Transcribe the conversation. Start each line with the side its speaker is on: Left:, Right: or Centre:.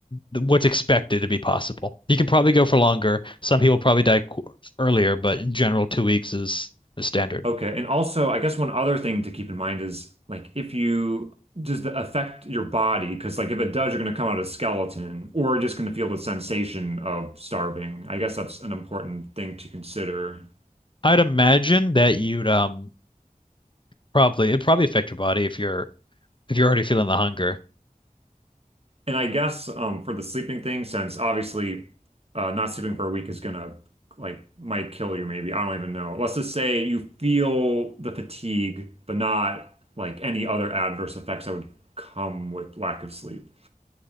Left: the- what's expected to be possible. You can probably go for longer. Some people probably die qu earlier, but in general, two weeks is the standard.
Right: Okay, and also, I guess one other thing to keep in mind is like if you does the affect your body? Because like if it does, you're going to come out a skeleton, or just going to feel the sensation of starving. I guess that's an important thing to consider.
Left: I'd imagine that you'd um probably it'd probably affect your body if you're if you're already feeling the hunger.
Right: And I guess um, for the sleeping thing, since obviously uh, not sleeping for a week is gonna like might kill you, maybe I don't even know. Let's just say you feel the fatigue, but not like any other adverse effects that would come with lack of sleep.